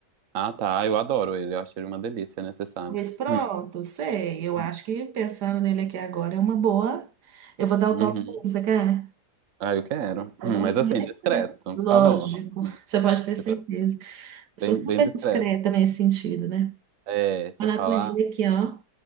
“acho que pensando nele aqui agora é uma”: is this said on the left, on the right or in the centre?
Right